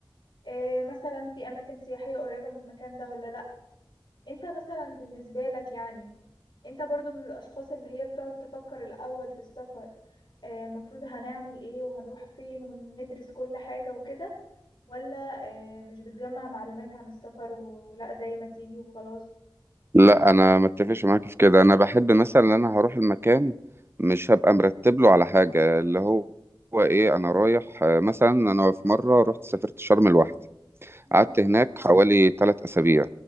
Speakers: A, on the left; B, on the right.
A: إيه مثلا في اماكن سياحيه قريبه من المكان ده ولا لا انت مثلا بالنسبه لك يعني انت برضو من الاشخاص اللي هي بتقعد تفكر الاول في السفر آه، المفروض هنعمل ايه وهنروح فين وندرس كل حاجة وكده ولا آه، مش بتجمع معلومات عن السفر ولا زي ما تيجي وخلاص
B: لا انا ما اتفقش معاك في كده انا بحب مثلا ان انا هروح المكان مش هبقى مرتب له على حاجه اللي هو هو ايه انا رايح آه، مثلا انا في مره رحت سافرت شرم لوحدي
A: مم.
B: قعدت هناك حوالي ثلاث اسابيع